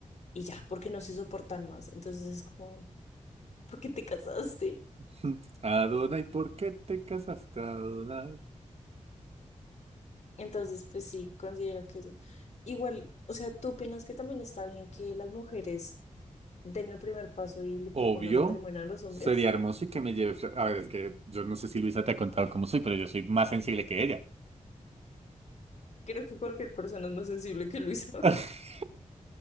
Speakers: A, on the left (about 60°); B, on the right (about 55°).
A: y ya, porque no se soportan más, entonces es como, ¿por qué te casaste?
B: <laughs> Adonai, ¿por qué te casaste, Adonai?
A: Entonces, pues sí, considero que sí. Igual, o sea, ¿tú opinas que también está bien que las mujeres den el primer paso y le propongan
B: Obvio,
A: matrimonio a los hombres?
B: sería hermoso y que me lleve... fla- A ver, es que yo no sé si Luisa te ha contado cómo soy, pero yo soy más sensible que ella.
A: Creo que cualquier persona es más sensible que Luisa.
B: <laughs>